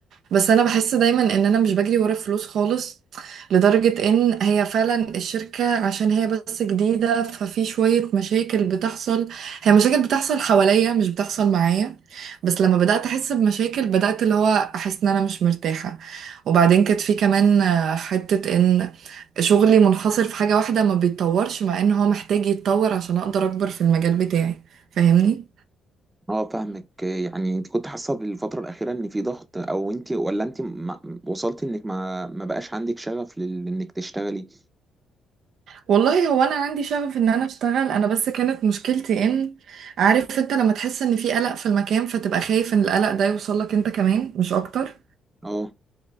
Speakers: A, on the right; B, on the right.
A: بس انا بحس دايما ان انا مش بجري ورا الفلوس خالص لدرجة ان هي فعلا الشركة عشان هي بس جديدة ففي شوية مشاكل بتحصل هي مشاكل بتحصل حواليا مش بتحصل معايا بس لما بدأت احس بمشاكل بدأت اللي هو احس ان انا مش مرتاحة وبعدين كانت في كمان آه، حتة ان شغلي منحصر في حاجة واحدة ما بيتطورش مع ان هو محتاج يتطور عشان اقدر اكبر في المجال بتاعي فاهمني
B: اه فاهمك يعني انت كنت حاسة بالفترة الأخيرة ان في ضغط او انت ولا انت ما وصلتي انك ما ما بقاش عندك شغف لل- انك تشتغلي؟
A: والله هو انا عندي شغف ان انا اشتغل انا بس كانت مشكلتي ان عارف انت لما تحس ان في قلق في المكان فتبقى خايف ان القلق ده يوصل لك انت كمان مش اكتر
B: اه